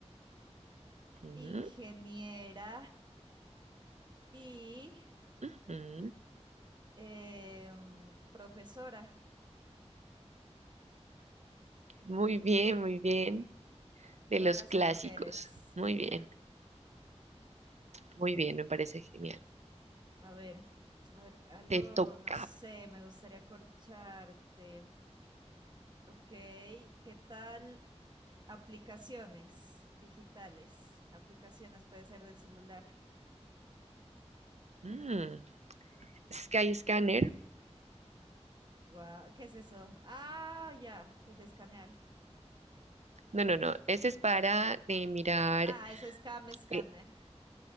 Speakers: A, on the right; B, on the right.
A: Ujú,
B: ingeniera y
A: ujú.
B: em, profesora,
A: Muy bien, muy bien. De
B: todas
A: los clásicos.
B: mujeres.
A: Muy bien, muy bien, me parece genial.
B: A ver, a ver, algo,
A: Te toca.
B: no sé, me gustaría corcharte. Ok, ¿qué tal aplicaciones digitales? Aplicaciones puede ser del celular.
A: Mm, Sky Scanner.
B: Guau, ¿qué es eso? Ah, ya, el de escanear.
A: No, no, no. Ese es para eh, mirar.
B: Ah, es Scam Scanner.
A: eh,